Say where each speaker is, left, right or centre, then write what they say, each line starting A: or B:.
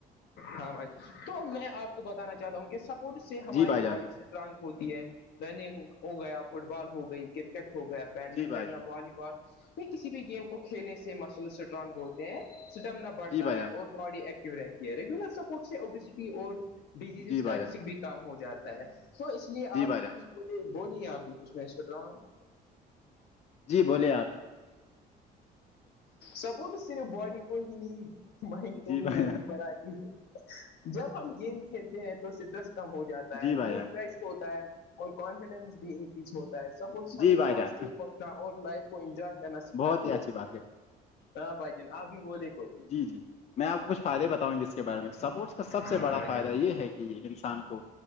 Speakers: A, on the left (about 75°); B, on the left (about 40°).
A: ہاں بھائی ج تو میں آپ کو بتانا چاہتا ہوں کہ سپورٹ سے ہماری
B: جی بھائی
A: باڈی
B: جان
A: سے ہوتی ہے رننگ ہو گیا فٹ بال ہو گئی کرکٹ ہو گیا بیڈمنٹن
B: جی بھائی
A: یا
B: جان
A: والی بال یہ کسی بھی گیم کو کھیلنے سے مسل اسٹرانگ ہوتے ہیں اسٹمنا بڑھتا
B: جی بھائی
A: ہے
B: جان
A: اور باڈی ایکٹو رہتی ہے ریگولر سپورٹ سے اوبیسٹی اور ڈیزیزز
B: جی بھائی
A: کا
B: جان
A: رسک بھی کام ہو جاتا ہے تو اس لیے
B: جی
A: آپ
B: بھائی
A: بھی
B: جان
A: کچھ بے بولیے آپ بھی کچھ میں سٹ رہا ہوں
B: جی بولیے آپ
A: سپورٹ صرف باڈی کو ہی نہیں مائنڈ کو
B: جی
A: بھی
B: بھائی
A: ہیلدی
B: جان
A: بناتی ہے جب ہم گیم کھیلتے ہیں تو اسٹریس کم ہو جاتا
B: جی
A: ہے
B: بھائی
A: موڈ
B: جان
A: فریش ہوتا ہے اور کانفیڈنس بھی انکریز ہوتا ہے سپورٹس
B: جی
A: ہمیں
B: بھائی
A: پازیٹیو
B: جان
A: ہونا اور لائف کو انجوائے کرنا سکھاتی
B: بہت ہی اچھی
A: ہے
B: بات کہی
A: ہاں بھائی جن آپ بھی بولے کوئی
B: جی جی میں آپ کو کچھ فائدے بتاؤںی جس کے بارے میں سپورٹس کا سب سے
A: ہاں
B: بڑا
A: بھائی
B: فائدہ
A: جان
B: یہ ہے کہ کہ یہ انسان کو